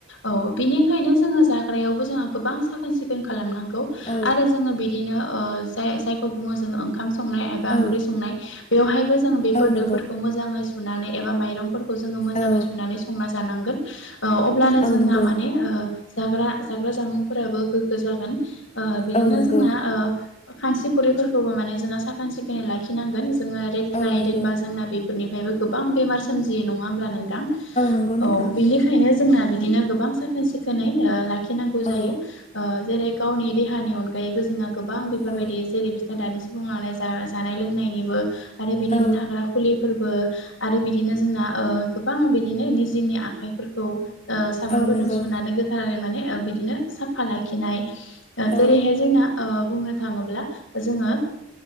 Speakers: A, on the left; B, on the left.
A: औ बिनिखायनो जोङो जा थाग्रायावबो जोङा गोबां साखोन सिखोन खालामनांगौ
B: औ
A: आरो जोङो बि बिदिनो ओ जाय जायखौ बुङो जोङो ओंखाम संनाय एबा
B: औ
A: ओंख्रि संनाय। बेवहायबो जोङो बेफोर
B: औ नंगौ
A: दोफोरखौ मोजाङै सुनानै एबा माइरंफोरखौ जोङो मोजाङै
B: औ
A: सुनानै संना जानांगोन ओ अब्लानो
B: औ
A: जोंना
B: नंगौ
A: माने ओ जाग्रा जाग्रा जामुंफोराबो गोग्गो जागोन ओ बिदिनो
B: औ नंगौ
A: जोंना ओ खांसि खुरैफोरखौबो माने जोङो साखोन सिखोनै लाखिनांगोन जोङो लेथ्राइ
B: औ नंगौ
A: दोनबा जोंना बे फोरनिफ्रायबो गोबां बेमार सोमजियो नङा ओमब्ला नोंथां
B: नंगौ नोंथां
A: औ बेनि खायनो जोंना बिदिनो गोबां साखोन सिखोनै लाखिनांगौ जायो।
B: औ
A: ओ जेरै गावनि देहानि अनगायैबो जोंहा गोबां बेफोरबायदि
B: औ
A: जेरै दानि सुबुं लांनाय जानाय लोंनायनिबो आरो बिदिनो
B: औ
A: थाग्रा खुलिफोरबो आरो बिदिनो जोंना ओ गोबां बिदिनो निजेनि आखाइफोरखौ ओ साबोनफोरजों
B: औ नंगौ
A: सुनानै गो जानानै माने ओ बिदिनो साफा लाखिनाय ओ
B: औ
A: जेरैहाय जोंना ओ बुंनो थाङोब्ला जोङो